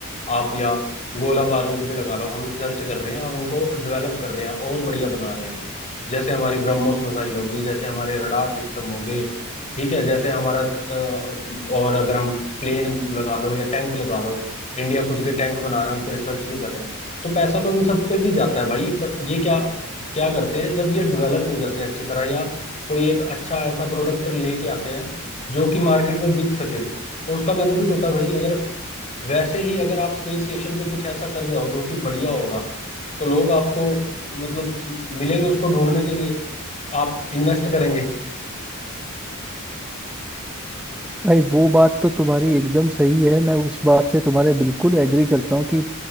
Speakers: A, on the left; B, in the centre.
A: आप या गोला बारूद पे लगा लो हम रिसर्च कर रहे हैं और उनको डेवलप कर रहे हैं और बढ़िया बना रहे हैं जैसे हमारी ब्रह्मोस मिसाइल होगी जैसे हमारे रडार सिस्टम हो गए ठीक है जैसे हमारा अ, और अगर हम प्लेन लगा लो या टैंक लगा लो इंडिया खुद के टैंक बना रहा है उन पर रिसर्च भी कर रहे हैं तो पैसा तो इन सब पे भी जाता है भाई पर ये क्या क्या करते हैं जब ये डेवलप हो जाते हैं अच्छी तरह या कोई एक अच्छा ऐसा प्रोडक्ट लेके आते हैं जो कि मार्केट में बिक सके तो उसका बेनिफिट होता है भाई अगर वैसे ही अगर आप स्पेस स्टेशन पे कुछ ऐसा कर जाओ जो कि बढ़िया होगा तो लोग आपको मतलब मिलेंगे उसको ढूंढने के लिए आप इन्वेस्ट करेंगे
B: भाई वो बात तो तुम्हारी एकदम सही है मैं उस बात से तुम्हारे बिल्कुल एग्री करता हूँ कि